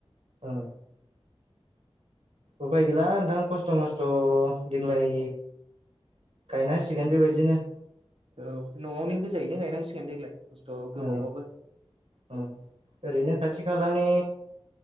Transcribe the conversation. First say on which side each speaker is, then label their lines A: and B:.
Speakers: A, on the right; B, on the right.
A: ओ उफाय गैला नोंथां खस्थ मस्थ देग्लाय गायनांसिगोन बेबायदिनो।
B: औ नआवनि गोजायैनो गायनांसिगोन देग्लाय। खस्थ' गोबावबाबो
A: औ औ ओरैनो खाथि खालानि